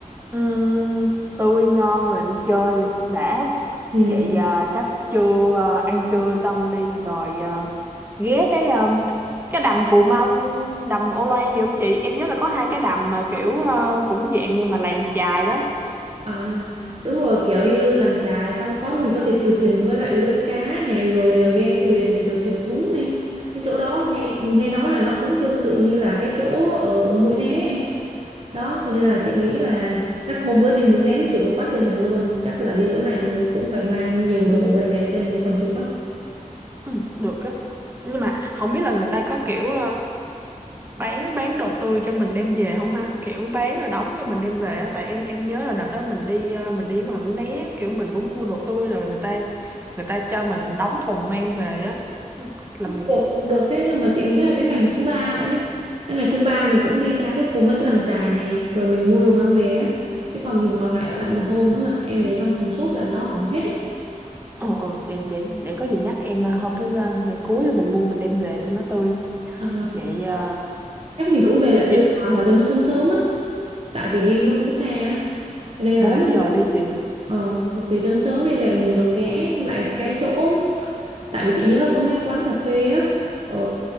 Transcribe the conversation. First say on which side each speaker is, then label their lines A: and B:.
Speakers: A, on the right; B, on the right.
A: Ừm, tươi ngon là đi chơi đã
B: ừ,
A: vậy à, chắc trưa à, ăn trưa xong đi rồi à, ghé cái à, cái đầm Cù Mông đầm Ô Loan gì không chị em nhớ là có hai cái đầm mà kiểu à, cũng dạng mà làng chài đó
B: À, đúng rồi kiểu như làng chài xong có mình có thể chụp hình với lại lưới cá này rồi ờ, ghe thuyền này rồi thuyền thúng này cái chỗ đó nghe nghe nói là nó cũng tương tự như là cái chỗ ở Mũi Né em đó cho nên là chị nghĩ là chắc hôm bữa đi Mũi Né chụp được quá trời hình luôn chắc là đi chỗ này mình cũng phải mang nhiều đồ đẹp đẹp lên để còn chụp á
A: ừ, được á nhưng mà không biết là người ta có kiểu bán bán đồ tươi cho mình đem về không ha kiểu bán rồi đóng cho mình đem về á tại em em nhớ là đợt đó mình đi ờ, mình đi ngoài Mũi Né á, kiểu mình cũng mua đồ tươi rồi người ta người ta cho mình đóng thùng mang về á làm
B: được được chứ nhưng mà chị nghĩ là đến ngày thứ ba đã đi đến ngày thứ ba mình cũng đi ra cái khu mấy cái làng chài này này rồi mình mua đồ mang về á chứ còn mình còn lại ở lại một hôm nữa mà em để trong thùng xốp là nó hỏng hết ấy
A: ờ ờ để, để để có gì nhắc em ờ, hôm thứ ờ, ngày cuối là mình mua mình đem về cho nó tươi
B: à,
A: vậy ờ,
B: chắc mình cũng về lại
A: chị
B: Tuy Hòa hoặc cho nó sớm sớm á tại vì đi nó cũng xa á cho nên là
A: 4 giờ đi chị
B: ờ về sớm sớm đi là mình còn ghé lại cái chỗ tại vì chị nhớ có mấy quán cà phê á ở